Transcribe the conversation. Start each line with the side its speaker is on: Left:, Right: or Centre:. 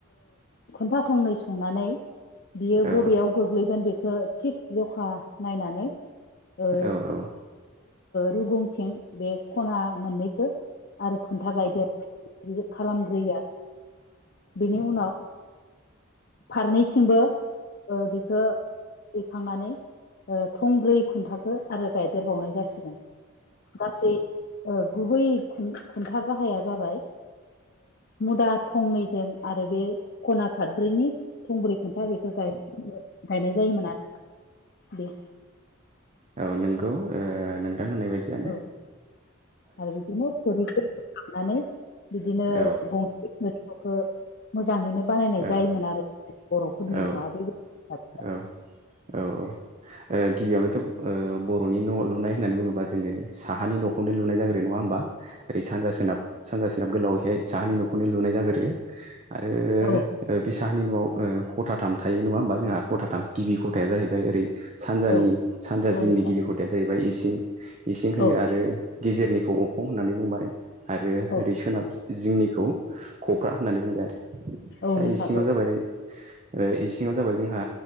Left: खुन्था थंनै संनानै बियो
Right: औ नंगौ
Left: बबेयाव गोग्लैगोन बेखौ थिग जखा नायनानै ओ
Right: औ औ
Left: रुगुंथिं बे खना मोननैखौ आरो खुन्था गायदेर बि खालामग्रोयो बेनि उनाव फारनैथिंबो बेखौ थुखांनानै थंब्रै खुन्थाखो आरो गायदेरबावनाय जासिगोन गासै गुबै खुन्था गाहाया जाबाय मुदा थंनैजों आरो बे खना फादब्रैनि थंब्रै खुन्था बेखौ गायनाय जायोमोन आरो दे
Right: औ नोंगौ नोंथां जानो
Left: औ आरो बिदिनो थोरिफोरखौ लांनानै बिदिनो
Right: औ
Left: गंसेफोर <unintelligible> मोजाङैनो बानायनाय
Right: औ
Left: जायोमोन आरो बर'फोरनि
Right: औ
Left: न'आ बेबायदि
Right: औ औ औ ओ गिबियावनोथ' ओ बर'नि न' लुनाय होननानै बुङोबा जोङो साहानि न'खौनो लुनाय जाग्रो नङा होमबा ओरै सानजा सोनाब सानजा सोनाब गोलावैहाय साहानि न'खौनो लुनाय जागोरो आरो
Left: औ
Right: बे साहानि न'आव खथाथाम थायो नङा होमबा जोंहा खथाथाम गिबि खथाय जाहैबाय ओरै। सानजानि
Left: औ
Right: सानजा
Left: औ
Right: जिंनि
Left: नोंथां
Right: गिबि खथाया जाहैबाय इसिं इसिं होननो
Left: औ
Right: आरो गेजेरनि खौ अखं होननानै बुंबाय आरो
Left: औ
Right: ओरै सोनाब जिंनिखौ खफ्रा होननानै बुंबाय आरो
Left: औ
Right: दा
Left: नोंथां
Right: इसिङाव
Left: औ
Right: जाबाय ओ इसिङाव जाबाय जोंहा